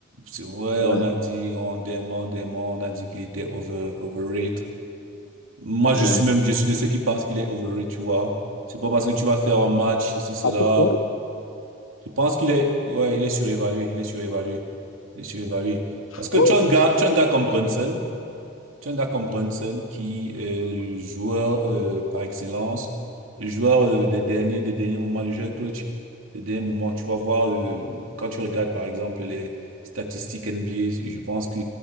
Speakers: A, on the right (about 75°); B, on the left (about 75°).
A: C'est vrai,
B: ouais.
A: on a dit, on dément, dément, on a dit qu'il était over, overrated. Moi, je
B: Euh,
A: suis même, je suis de ceux qui pensent qu'il est overrated, tu vois. C'est pas parce que tu vas faire un match, ceci, cela.
B: à ce point,
A: Je pense qu'il est, ouais, il est surévalué, il est surévalué, il est surévalué. Parce que
B: Ouais,
A: tu as un gars, tu as un gars comme Brunson, tu as un gars comme Brunson qui est le joueur euh, par excellence, le joueur euh, des derniers, des derniers moments, le joueur clutch des derniers moments. Tu vas voir euh, quand tu regardes par exemple les statistiques NBA, je pense que